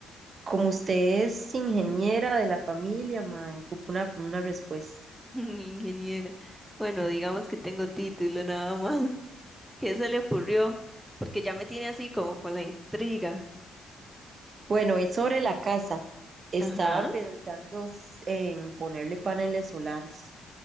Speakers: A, on the right; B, in the centre.
A: Como usted es ingeniera de la familia, me ocupo una, una respuesta.
B: <laughs> Ingeniero. Bueno, digamos que tengo título nada más. <laughs> ¿Qué se le ocurrió? Porque ya me tiene así como con la intriga.
A: Bueno, es sobre la casa. Estaba
B: Ajá.
A: pensando s- en ponerle paneles solares.